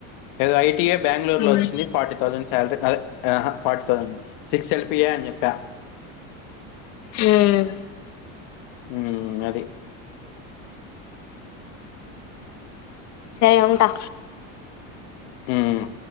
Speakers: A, on the left; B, on the left.
A: ఏదో ఐటిఎఫ్ బ్యాంగుళూరులో
B: హ్మ్
A: వచ్చింది ఫార్టీ థౌసండ్ శాలరీ అ ఫటీ థౌసండ్ సిక్స్ ఎల్పి అని చెప్ప
B: హ్మ్
A: మ్ అది
B: సరే ఉంటా
A: మ్